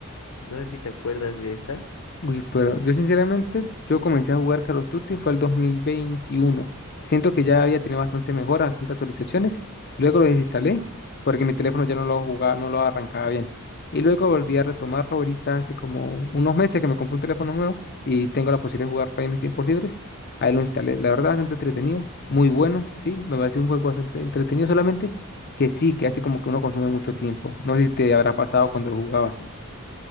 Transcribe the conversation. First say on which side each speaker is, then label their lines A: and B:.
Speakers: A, on the left; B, on the left.
A: no sé si te acuerdas de esa.
B: Uy, pero yo sinceramente, yo comencé a jugar Call of Duty fue el 2021. Siento que ya había tenido bastante mejoras, bastantes actualizaciones. Luego lo desinstalé porque mi teléfono ya no lo jugaba, no lo arrancaba bien. Y luego volví a retomarlo ahorita hace como unos meses que me compré un teléfono nuevo y tengo la posibilidad de jugar para mis tiempos libres. Ahí lo instalé. La verdad, bastante entretenido, muy bueno, sí, me parece un juego bastante entretenido solamente que sí, que hace como que uno consume mucho tiempo. No sé si te habrá pasado cuando lo jugabas.